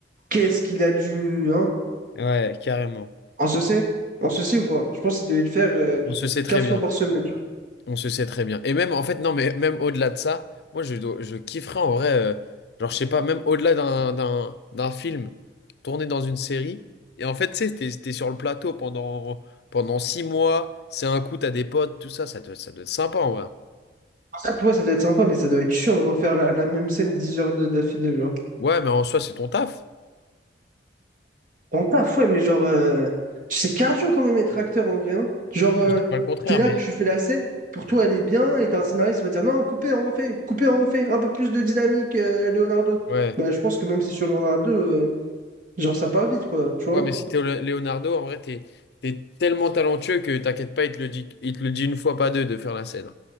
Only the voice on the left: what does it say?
ouais, carrément.
On se sait très
bien.
On se sait très bien. Et même, en fait, non, mais même au-delà de ça, moi, je, dois- je kifferais en vrai, euh, genre, je sais pas, même au-delà d'un, d'un, d'un film tourné dans une série. Et en fait, tu sais, t'es, t'es sur le plateau pendant, pendant six mois, c'est un coup, t'as des potes, tout ça, ça doit, ça doit être sympa en vrai.
Ouais, mais en soi, c'est ton taf.
Je dis pas le contraire,
mais.
Ouais.
Ouais, mais si t'es Lé- Leonardo, en vrai, t'es, t'es tellement talentueux que t'inquiète pas, il te le dit, il te le dit une fois, pas deux, de faire la scène.